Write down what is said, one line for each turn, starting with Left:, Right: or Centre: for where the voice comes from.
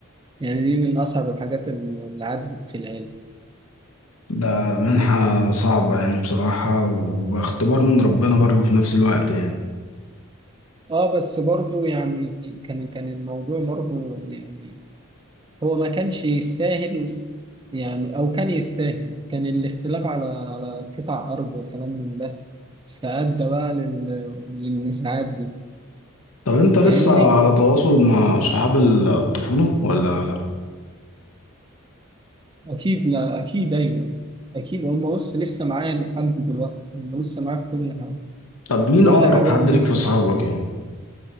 Right: يعني دي من أصعب الحاجات اللي عدت في العلم
Left: ده منحة صعبة يعني بصراحة واختبار من ربنا برضه في نفس الوقت يعني
Right: آه بس برضو يعني كان كان الموضوع برضو يعني هو ما كانش يستاهل يعني أو كان يستاهل كان الاختلاف على على قطع أرض وكلام من ده فأدى بقى لل- للنزاعات دي
Left: طب أنت لسه
Right: فاهمني؟
Left: على تواصل مع صحاب الطفولة ولا لأ؟
Right: أكيد لا أكيد أيوه أكيد هم بص لسه معايا لحد دلوقتي هم لسه معايا في كل حاجة
Left: طب مين
Right: وكل
Left: أقرب
Right: حاجة
Left: حد
Right: هم
Left: ليك
Right: لسه
Left: في صحابك
Right: معايا
Left: يعني؟